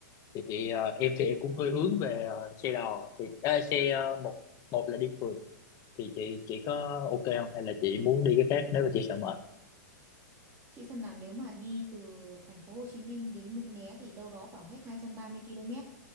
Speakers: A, on the left (about 35°); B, on the right (about 25°).
A: thì chị ờ, em thì em cũng hơi hướng về ờ, xe đò thì ờ, xe ờ, một một là đi phượt thì chị chị có ok không hay là chị muốn đi cái khác nếu mà chị sợ mệt
B: Chị xem nào nếu mà đi từ thành phố Hồ Chí Minh đến Mũi Né thì đâu đó khoảng hết 230 km.